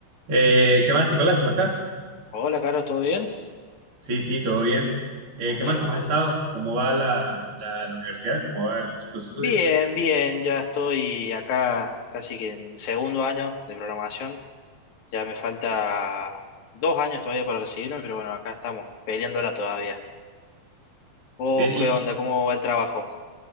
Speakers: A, on the right; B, on the left.
A: Eh, ¿qué más, Nicolás? ¿Cómo estás?
B: Hola, Carlos, ¿todo bien?
A: Sí, sí, todo bien. Eh,
B: Me alegro,
A: ¿qué más? ¿Cómo
B: me
A: has
B: alegro.
A: estado? ¿Cómo va la, la, la universidad? ¿Cómo van los, los estudios?
B: Bien, bien, ya estoy acá casi que en segundo año de programación. Ya me falta dos años todavía para recibirme, pero bueno, acá estamos, peleándola todavía. ¿Vos
A: Bien, y
B: qué onda? ¿Cómo va el trabajo?